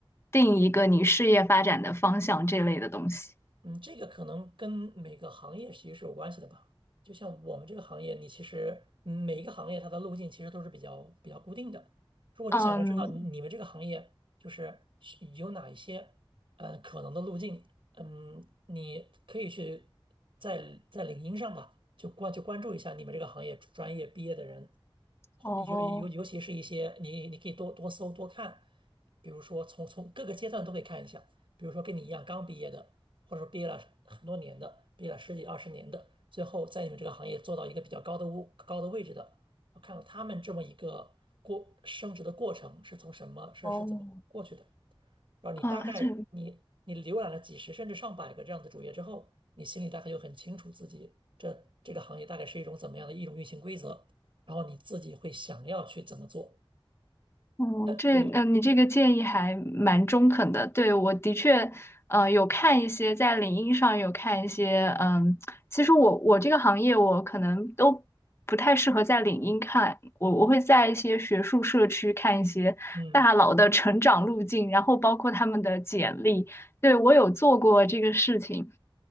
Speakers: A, on the left; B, on the right.
A: 定一个你事业发展的方向这类的东西？
B: 嗯，这个可能跟每个行业其实是有关系的吧。就像我们这个行业，你其实嗯每一个行业它的路径其实都是比较比较固定的。如果你想要知道你你们这个行业就是是有哪一些嗯可能的路径，
A: 嗯，
B: 嗯，你可以去在在领英上吧，就关就关注一下你们这个行业专业毕业的人，
A: 哦，
B: 尤尤尤其是一些你你可以多多搜多看，比如说从从各个阶段都可以看一下，比如说跟你一样刚毕业的。或者说毕业了很多年的，毕业了十几二十年的，最后在你们这个行业做到一个比较高的物高的位置的，我看到他们这么一个过升职的过程是从什么是是怎么过去的，
A: 哦，
B: 然后你大概你你浏览了几十甚至上百个这样的主页之后，
A: 嗯，这。
B: 你心里大概就很清楚自己这这个行业大概是一种怎么样的一种运行规则，然后你自己会想要去怎么做，
A: 嗯，
B: 呃，
A: 这嗯、
B: 对，
A: 呃你这个建议还蛮中肯的。对，我的确，呃，有看一些在领英上有看一些，嗯，其实我我这个行业我可能都不太适合在领英看，我我会在一些学术社区看一些大佬的成长路径，
B: 嗯，
A: 然后包括他们的简历。对，我有做过这个事情。